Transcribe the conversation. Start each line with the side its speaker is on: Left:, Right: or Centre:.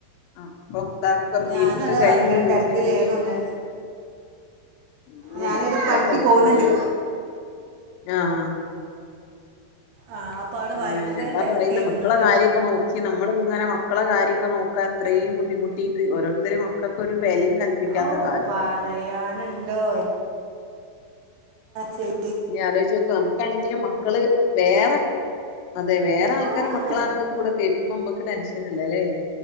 Left: ആ അപ്പം ഇതാക്ക
Right: ഞാനും
Left: വീക്കെ
Right: അതാ
Left: കഴിഞ്ഞ്
Right: ഭയങ്കര
Left: ഇ വീട്ടില്
Right: തിരക്കിലേന്നു
Left: എത്തിട്ടേള്ള്
Right: ഒന്ന്
Left: ഇം
Right: ഞാനൊരു
Left: ഭയങ്കര
Right: പണിക്ക്
Left: തെരക്ക്
Right: പോകുന്നുണ്ട്
Left: ജീവിതം ആഹ
Right: ആ അപ്പോൾ അവിടെ
Left: ആ
Right: ഭയങ്കര
Left: ഞാ അതാ
Right: തിരക്കേന്നു
Left: പറയുന്ന മക്കളെ
Right: അവിടെ
Left: കാര്യമൊക്കെ നോക്കി നമ്മ നമ്മളിങ്ങനെ മക്കളെ കാര്യമൊക്കെ നോക്കാൻ അത്രയും ബുദ്ധിമുട്ടിട്ട് ഓരോരുത്തര് മക്കക്ക് ഒരു വിലയും കല്പ്പിക്കാത്ത
Right: ഓ
Left: കാലം
Right: പറയാനുണ്ടോ എ ശരി
Left: നീ ആലോചിച്ച് നോക്ക് നമുക്കാണെങ്കിലും മക്കള് വേറെ അതെ വേറെ ആൾക്കാരെ
Right: ആണ്
Left: മക്കളാണെങ്കിൽ കൂടെ കേക്കുമ്പോ നമ്മക്ക് ടെൻഷൻ ഇല്ലല്ലേ